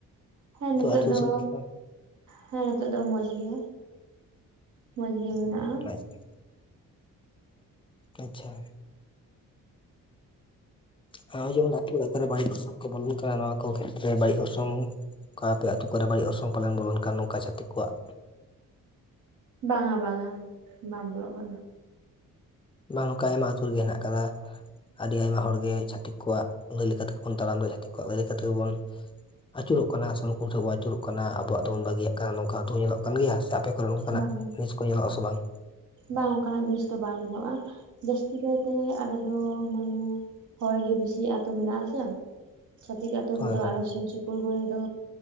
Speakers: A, on the right (about 55°); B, on the left (about 15°).
A: ᱦᱮᱸ ᱱᱤᱛᱚᱜ
B: ᱟᱹᱛᱩ
A: ᱫᱚ
B: ᱫᱤᱥᱚᱢ ᱪᱮᱫ ᱞᱮᱠᱟ
A: ᱦᱮᱸ ᱱᱤᱛᱚᱜ ᱫᱚ ᱢᱚᱸᱡᱽ ᱜᱮ ᱢᱚᱡᱽ ᱜᱮ ᱢᱮᱱᱟᱜ-ᱟ
B: <unintelligible> ᱟᱪᱪᱷᱟ᱾ ᱱᱚᱜᱚᱭ ᱡᱮᱢᱚᱱ ᱟᱹᱛᱩ ᱚᱲᱟᱜ ᱠᱚᱨᱮ ᱵᱟᱹᱲᱤᱡ ᱚᱨᱥᱚᱝ ᱠᱚ ᱵᱚᱞᱚᱱ ᱠᱟᱱᱟ ᱱᱚᱣᱟ ᱠᱚ ᱠᱷᱮᱛᱨᱮ ᱵᱟᱹᱲᱤᱡ ᱚᱨᱥᱚᱝ ᱚᱠᱟ ᱟᱯᱮ ᱟᱹᱛᱩ ᱠᱚᱨᱮ ᱵᱟᱹᱲᱤᱡ ᱚᱨᱥᱚᱝ ᱯᱟᱞᱚᱱ ᱵᱚᱞᱚᱱ ᱠᱟᱱ ᱱᱚᱝᱠᱟ ᱪᱷᱟᱛᱤᱠ ᱠᱚᱣᱟᱜ
A: ᱵᱟᱝ-ᱟ ᱵᱟᱝ-ᱟ ᱵᱟᱝ ᱵᱚᱞᱚᱜ ᱠᱟᱱᱟ᱾
B: ᱵᱟᱝ ᱱᱚᱝᱠᱟ ᱟᱭᱢᱟ ᱟᱹᱛᱩ ᱨᱮᱜᱮ ᱦᱮᱱᱟᱜ ᱟᱠᱟᱫᱟ᱾ ᱟᱹᱰᱤ ᱟᱭᱢᱟ ᱦᱚᱲᱜᱮ ᱪᱷᱟᱹᱛᱤᱠ ᱠᱚᱣᱟᱜ ᱤᱱᱟᱹ ᱞᱮᱠᱟ ᱞᱮᱠᱟᱛᱮᱜᱵᱚᱱ ᱛᱟᱲᱟᱢ ᱫᱟ ᱪᱷᱟᱹᱛᱤᱠᱣᱟᱜ ᱞᱟᱹᱭ ᱛᱮᱜᱮᱵᱚᱱ ᱟᱹᱪᱩᱨᱚᱜ ᱠᱟᱱᱟ ᱥᱮ ᱱᱩᱠᱩ ᱴᱷᱮᱱ ᱵᱚᱱ ᱟᱹᱪᱩᱨᱚᱜ ᱠᱟᱱᱟᱢᱟᱜ ᱫᱚᱵᱚᱱ ᱵᱟᱹᱜᱤᱭᱟᱜ ᱠᱟᱱᱟ ᱱᱚᱝᱠᱟ ᱛᱚ ᱦᱚᱸ ᱧᱮᱞᱚᱜ ᱠᱟᱱ ᱜᱮᱭᱟ᱾ ᱟᱯᱮ ᱠᱚᱨᱮ ᱚᱱᱠᱟᱱᱟᱜ
A: ᱵᱟᱝᱟ
B: ᱡᱤᱱᱤᱥ ᱠᱚ ᱧᱮᱞᱚᱜᱼᱟᱥᱮ ᱵᱟᱝ?
A: ᱵᱟᱝ ᱚᱱᱠᱟᱱᱟᱜ ᱡᱤᱱᱤᱥ ᱫᱚ ᱵᱟᱝ ᱧᱮᱞᱚᱜᱼᱟ᱾ ᱡᱟᱹᱥᱛᱤ ᱠᱟᱭᱛᱮ ᱟᱞᱮ ᱫᱚ ᱢᱟᱱᱮ ᱦᱚᱲ ᱜᱮ ᱵᱤᱥᱤ ᱟᱹᱛᱩ ᱢᱮᱱᱟᱜᱼᱟ ᱟᱥᱮ᱾ ᱪᱚᱛᱤᱠ ᱟᱛᱩ
B: ᱦᱳᱭ
A: ᱠᱚ ᱫᱚ
B: ᱦᱳᱭ
A: ᱟᱞᱮ ᱥᱩᱨ ᱥᱩᱯ ᱯᱩᱨ ᱠᱚᱨᱮ ᱫᱚ